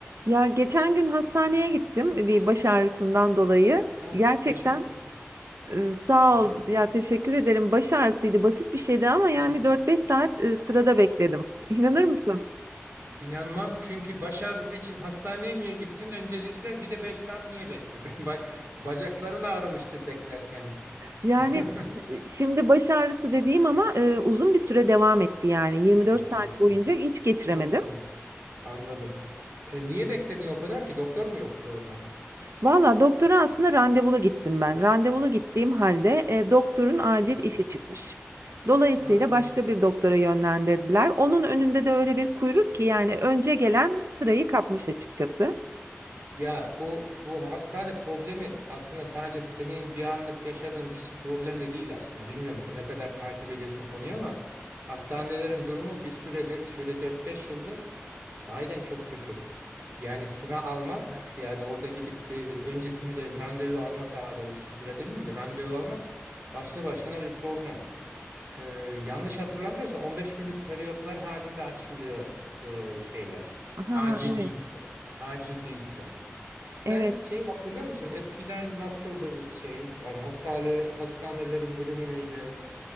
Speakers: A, on the right; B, on the right.
A: Ya geçen gün hastaneye gittim e, bir baş ağrısından dolayı.
B: Ha,
A: Gerçekten
B: geçmiş olsun.
A: e, sağ
B: Geçmiş.
A: ol ya teşekkür ederim. Baş ağrısıydı basit bir şeydi ama yani
B: Hı.
A: 4-5 saat e, sırada bekledim. <laughs> İnanır
B: Ha.
A: mısın?
B: İnanmam çünkü baş ağrısı için hastaneye niye gittin? Öncelikle bir de 5 saat niye bekledin? <laughs> Ba- Bacakların ağrımıştır beklerken.
A: Yani
B: <laughs>
A: e, şimdi baş ağrısı dediğim ama e, uzun bir süre devam etti yani 24
B: Yani
A: saat
B: anladım.
A: boyunca hiç geçiremedim.
B: Hı, anladım. E, niye bekledin o kadar ki? Doktor mu yoktu orada?
A: Valla doktora aslında randevulu gittim ben. Randevulu gittiğim halde, eee, doktorun acil
B: Hı.
A: işi çıkmış. Dolayısıyla
B: Aa.
A: başka bir doktora yönlendirdiler. Onun önünde de öyle bir kuyruk ki yani önce gelen sırayı kapmış açıkçası.
B: Ya bu bu hastane problemi aslında sadece senin bir anlık yaşadığın bir şey- problem de değil aslında. Bilmiyorum ne kadar takip ediyorsun konuyu ama hastanelerin durumu bir süredir şöyle dört beş yıldır sahiden çok kötü. Yani sıra almak yani orada gidip de öncesinde randevu almak daha doğrusu sıra demeyeyim de randevu almak başlı başına bir problem. Ee, yanlış hatırlamıyorsam 15 günlük periyotlar halinde açılıyor e, şeyler.
A: Ha,
B: Acil
A: evet,
B: değilse. Acil değilse. Sen
A: evet.
B: şey hatırlıyor musun? Eskiden nasıldı bu şey? Yani hastane, hastanelerin durumu neydi?